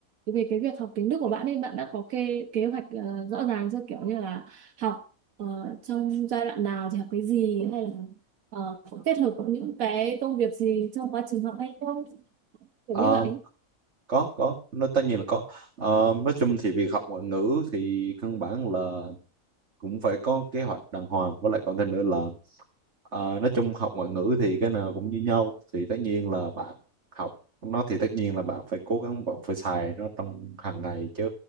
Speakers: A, on the right; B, on the right.
A: về cái việc học tiếng Đức của bạn ấy bạn đã có kế kế hoạch ờ, rõ ràng chưa kiểu như là học ờ, trong giai đoạn nào thì học cái gì hay là ờ, có kết hợp với những cái công việc gì trong quá trình học hay không kiểu
B: Ờ,
A: như vậy
B: có có nó tất nhiên là có Ờ, nói chung thì việc học ngoại ngữ thì căn bản là cũng phải có kế hoạch đàng hoàng với lại còn thêm nữa là à, nói chung học ngoại ngữ thì cái nào cũng như nhau thì tất nhiên là bạn học nó thì tất nhiên là bạn phải cố gắng bạn phải xài nó trong hàng ngày chứ